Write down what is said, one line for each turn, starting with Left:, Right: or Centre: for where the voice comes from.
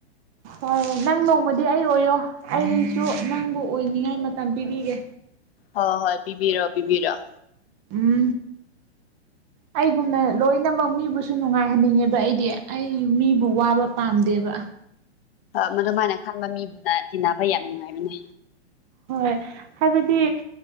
Right: ꯍꯣꯏ ꯅꯪ ꯅꯣꯡꯃꯗꯤ ꯑꯩ ꯑꯣꯏꯌꯣ ꯑꯩꯁꯨ ꯅꯪꯕꯨ ꯑꯣꯏꯅꯤꯡꯉꯥꯏ ꯃꯇꯝ ꯄꯤꯕꯤꯒꯦ
Left: ꯍꯣꯏ ꯍꯣꯏ ꯄꯤꯕꯤꯔꯣꯑꯣ ꯄꯤꯕꯤꯔꯣꯑꯣ
Right: ꯎꯝ ꯑꯩꯒꯨꯝꯅ ꯂꯣꯏꯅꯃꯛ ꯃꯤꯕꯨꯁꯨ ꯅꯨꯡꯉꯥꯏꯍꯟꯅꯤꯡꯉꯦꯕ ꯑꯩꯗꯤ ꯑꯩ ꯃꯤꯕꯨ ꯋꯥꯕ ꯄꯥꯝꯗꯦꯕ
Left: ꯃ ꯑꯗꯨꯃꯥꯏꯅ ꯈꯟꯕ ꯃꯤꯕꯨꯅ ꯇꯤꯟꯅꯕ ꯌꯥꯝ ꯅꯨꯡꯉꯥꯏꯕꯅꯦ꯫
Right: ꯍꯣꯏ ꯍꯥꯏꯕꯗꯤ